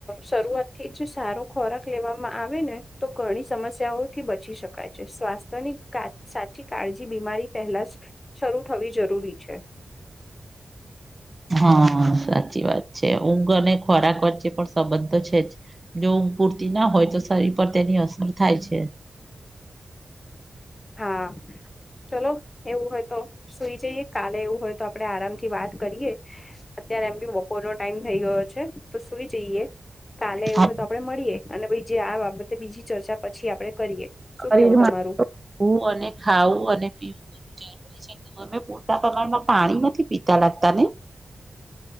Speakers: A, on the left; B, on the right.
A: શરૂઆત થી જે સારો ખોરાક લેવામાં આવે ને તો ઘણી સમસ્યાઓથી બચી શકે. છે સ્વાસ્થ્યની સાચી કાળજી બીમારી પહેલા જ શરૂ થવી જરૂરી છે.
B: હા સાચી વાત છે ઊંઘ અને ખોરાક વચ્ચે પણ સંબંધ છે જ જોં પૂરતી ના હોય તો શરીર પર તેની અસર થાય છે.
A: હા. ચલો એવું હોય તો સુઈ જઈએ કાલે એવું હોય તો આપડે આરામથી વાત કરીએ. અત્યારે એમ બી બપોર નો ટાઈમ થઈ ગયો છે તો સુઈ જઈએ. કાલે એવું
B: આમ
A: હોય તો આપડે મળીએ અને જે આ બાબતે બીજી ચર્ચા પછી આપણે કરીએ. શું
B: શરીર
A: કેવું
B: માં
A: તમારું
B: અને ખાવું અને પીવું બધું જ અમે પોતા પ્રમાણમાં પાણી નથી પીતા લાગતા ને.